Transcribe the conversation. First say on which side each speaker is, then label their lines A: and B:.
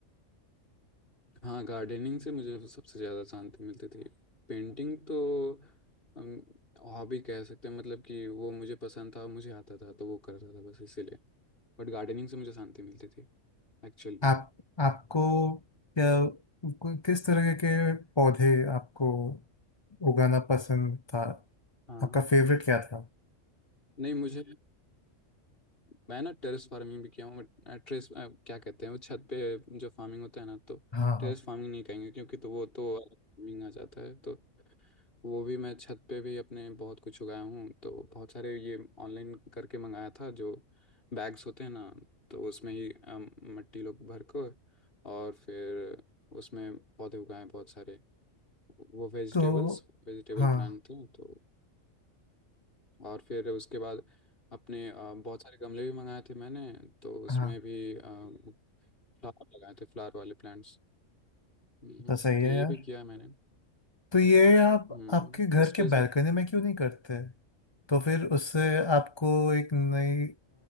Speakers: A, on the left; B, on the left.
A: हाँ गार्डनिंग से मुझे सबसे ज़्यादा शांति मिलती थी पेंटिंग तो हम हॉबी कह सकते हैं मतलब कि वो मुझे पसंद था मुझे आता था तो वो करता था बस इसीलिए बट गार्डनिंग से मुझे शांति मिलती थी एक्चुअल में
B: आप आपको क्या को- किस तरह के पौधे आपको उगाना पसंद था
A: हाँ
B: आपका फेवरेट क्या था
A: नहीं मुझे मैं ना टेरेस फार्मिंग भी किया हूँ बट टेरेस क्या कहते हैं वो छत पे जो फार्मिंग होता है ना तो
B: हाँ
A: टेरेस
B: हाँ
A: फार्मिंग नहीं कहेंगे क्योंकि तो वो तो फार्मिंग आ जाता है तो वो भी मैं छत पे भी अपने बहुत कुछ उगाया हूँ तो बहुत सारे ये ऑनलाइन करके मंगाया था जो बैग्स होते हैं ना तो उसमें ही अम, मिट्टी लोग भर को और फिर उसमें पौधे उगाए बहुत सारे वो वेजिटेबल्स
B: तो
A: वेजिटेबल
B: हाँ
A: प्लांट थे तो और फिर उसके बाद अपने अ, बहुत सारे गमले भी मंगाए थे मैंने तो उसमें
B: हाँ
A: भी फ्लावर लगाए थे फ्लावर वाले प्लांट्स हम्म,
B: तो सही
A: तो
B: है
A: ये
B: यार
A: भी किया है मैंने
B: तो ये आप
A: हम्म
B: आपके घर
A: स्ट्रेस
B: के बालकनी
A: में
B: में क्यों नहीं करते तो फिर उससे आपको एक नई